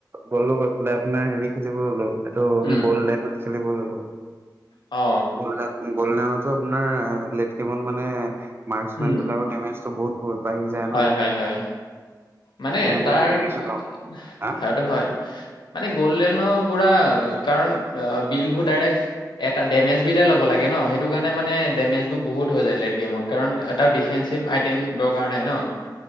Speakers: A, on the right; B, on the left.
A: গ'লো গৈ পেলাই আপোনাৰ হেৰি খেলিব ল'লো, এইটো
B: উম
A: গ'ল লেডত খেলিব ল'লো।
B: অ
A: গল্ডেন গ'ল্ডেনতো আপোনাৰ লেটকেমত মানে মাৰ্কচ
B: উম
A: মেন বিলাকৰ ডেমেজটো বহুত বহুত বাঢ়ি যায়
B: হয়
A: ন'।
B: হয় হয় মানে
A: এনে মই
B: তাৰ
A: হেৰি
B: সেইটো
A: চলাও হা
B: হয়। মানে গ'ল্ডেনৰ পুৰা কাৰণ বিলবোৰ ডাইৰেক্ট এটা ডেমেজ বিলে ল'ব লাগে ন' সেইটো কাৰণে মানে ডেমেজবোৰ বহুত হৈ যায় লেট গেমত। কাৰণ এটা ডিফেঞ্চিভ আইটেম দৰকাৰ নাই ন'।